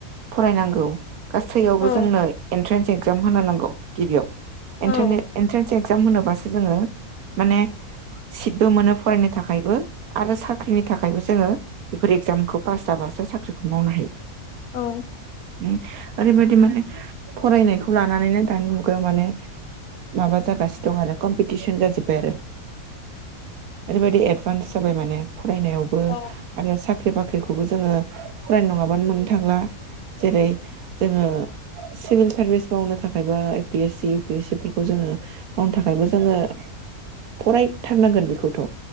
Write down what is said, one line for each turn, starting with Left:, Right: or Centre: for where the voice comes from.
Right: फरायनांगौ। गासैयावबो
Left: औ
Right: जोंनो एनट्रेन्स एगजाम होनो नांगौ गिबियाव
Left: औ
Right: एन्ट्रेन-एन्ट्रेन्स एगजाम होनोबासो जोङो माने सिटबो मोनो फरायनो थाखायबो आरो साख्रिनि थाखायबो जोङो बेफोर एगजामखौ पास जाबासो साख्रिखौ मावनो हायो।
Left: औ
Right: उम ओरैबायदि माने फरायनायखौ लानानैनो दानि मुगायाव माने माबा जागासिनो दं आरो कम्पिटिसन जाजोब्बाय आरो ओरैबायदि एदभान्स जाबाय माने फरायनायावबो
Left: औ
Right: आरो साख्रि बाख्रि खौबो जोङो फरायनाय नङा। बानो मोननो थांला जेरै जोङो सिभिल सारभिस मावनो थाखायबो A P S C U P S C फोरखौ जोङो मावनो थाखायबो जोङो फरायथारनांगोन बेखौथ'